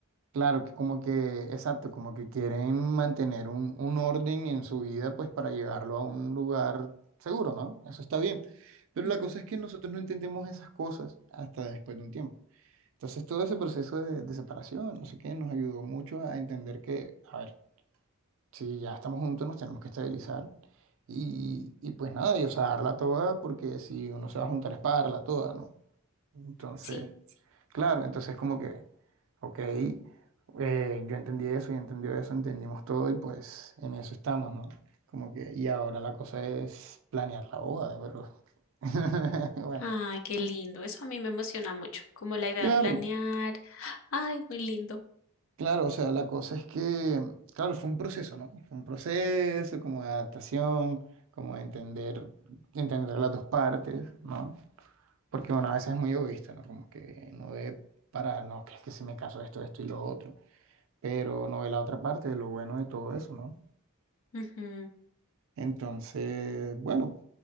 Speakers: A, on the right; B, on the left.
A: Claro, que como que, exacto, como que quieren mantener un, un orden en su vida, pues para llevarlo a un lugar seguro, ¿no? Eso está bien. Pero
B: Ujú.
A: la cosa es que nosotros no entendemos esas cosas hasta después de un tiempo. Entonces todo ese proceso de, de separación, no sé qué, nos ayudó mucho a entender que, a ver, si ya estamos juntos, nos tenemos que estabilizar. Y, y pues nada, y o sea, darla toda, porque si uno se va a juntar es para darla toda, ¿no? Entonces...
B: Sí.
A: Claro, entonces como que, ok, eh, yo entendí eso y entendió eso, entendimos todo y pues en eso estamos, ¿no? Como que, y ahora la cosa es planear la boda, pero <laughs> bueno.
B: Ay, qué lindo. Eso a mí me emociona mucho, como la idea
A: Claro,
B: de planear. Ay, muy lindo.
A: claro, o sea, la cosa es que, claro, fue un proceso, ¿no? Fue un proceso como de adaptación, como de entender, entender las dos partes, ¿no? Porque, bueno, a veces es muy egoísta, ¿no? Como que no ve para, no, que es que si me caso esto, esto y lo otro. pero no ve la otra parte de lo bueno de todo eso, ¿no?
B: Ujú.
A: Entonces, bueno,